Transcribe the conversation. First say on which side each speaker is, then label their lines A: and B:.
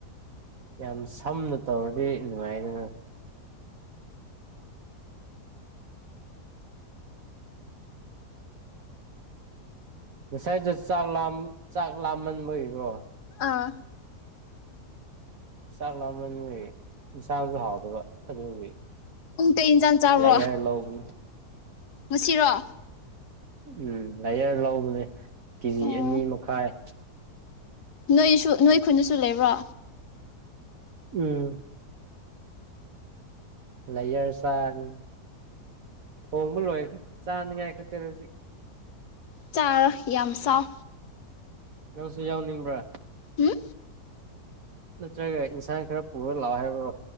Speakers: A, on the right; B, on the left.
A: ꯌꯥꯝ ꯁꯝꯅ ꯇꯧꯔꯗꯤ ꯅꯨꯡꯉꯥꯏꯗꯅ ꯉꯁꯥꯏꯗꯣ ꯆꯥꯛ ꯂꯥꯝ ꯆꯥꯛ ꯂꯥꯝꯃꯟꯕꯒꯤꯀꯣ
B: ꯑꯥ
A: ꯆꯥꯛ ꯂꯥꯝꯃꯟꯕꯩ ꯌꯦꯟꯁꯥꯡꯁꯨ ꯍꯥꯎꯗꯕ ꯑꯗꯨꯒꯤ
B: ꯄꯨꯡ ꯀꯩ ꯑꯦꯟꯁꯥꯡ ꯆꯥꯕ꯭ꯔꯣ
A: ꯂꯥꯏꯌꯔ ꯂꯧꯕꯅꯤ
B: ꯉꯁꯤꯔꯣ
A: ꯎꯝ ꯂꯥꯏꯌꯔ ꯂꯧꯕꯅꯦ ꯀꯦꯖꯤ
B: ꯑꯣ
A: ꯑꯅꯤ ꯃꯈꯥꯏ
B: ꯅꯣꯏꯁꯨ ꯅꯣꯏ ꯈꯨꯟꯗꯁꯨ ꯂꯩꯕ꯭ꯔꯣ
A: ꯎꯝ ꯂꯩꯥꯏꯌꯔ ꯆꯥꯅꯤ ꯊꯣꯡ ꯂꯣꯏꯈ꯭ꯔꯦ ꯆꯥꯅꯤꯉꯥꯏ ꯈꯛꯇꯅꯦ ꯍꯖꯤꯛ
B: ꯆꯥꯔꯣ ꯌꯥꯝ ꯆꯥꯎ
A: ꯅꯪꯁꯨ ꯌꯥꯎꯅꯤꯡꯕ꯭ꯔꯥ
B: ꯎꯝ
A: ꯅꯠꯇ꯭ꯔꯒ ꯏꯟꯁꯥꯡ ꯈꯔ ꯄꯨꯔ ꯂꯥꯛꯑꯣ ꯍꯥꯏꯕ꯭ꯔꯣ